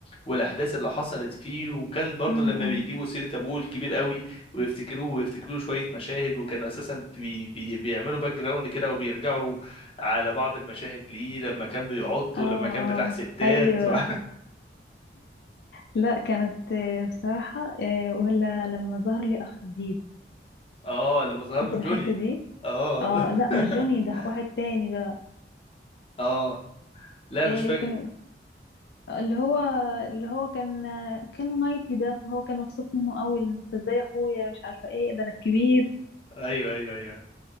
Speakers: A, on the left; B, on the left.
A: والاحداث اللي حصلت فيه وكان برضو
B: امم
A: لما بيجيبوا سيره ابوه الكبير قوي ويفتكروه ويفتكروا له شويه مشاهد وكانوا اساسا بي بي بيعملوا باك جراوند كده وبيرجعوا على بعض المشاهد ليه لما كان بيعط ولما
B: اه اه
A: كان بتاع ستات
B: ايوه
A: <laughs>
B: لا كانت آه، بصراحة آه، ولا لما ظهر لي اخ جديد
A: اه لما ظهر
B: فاكر
A: له جوني
B: الحتة دي
A: اه
B: اه لا مش
A: <laughs>
B: جوني ده واحد تاني بقى
A: اه لا مش
B: إيه
A: فاكر
B: كان اللي هو اللي هو كان آه، كان مايتي ده فهو كان مبسوط منه قوي انت ازاي يا اخويا مش عارفة ايه ده انا الكبير
A: ايوه ايوه ايوه